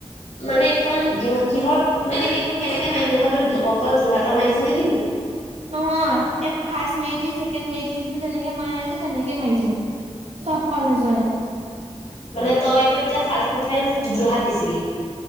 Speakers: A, on the left; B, on the right.
A: মানে খন যোৰহাট কিহত মানে কেইখন কেনেকে মাৰিছে এখন অকল যোৰহাটৰ মাৰিছে নেকি?
B: নহয় এ ফাষ্ট মেৰিটলিষ্ট ছেকেণ্ড মেৰিটলিচ বোৰ যেনেকে মাৰে যে তেনেকে মাৰিছে চব কলেজৰে
A: মানে তইতো এতিয়া ফাষ্ট প্ৰেফাৰেঞ্চ যোৰহাট দিছিলি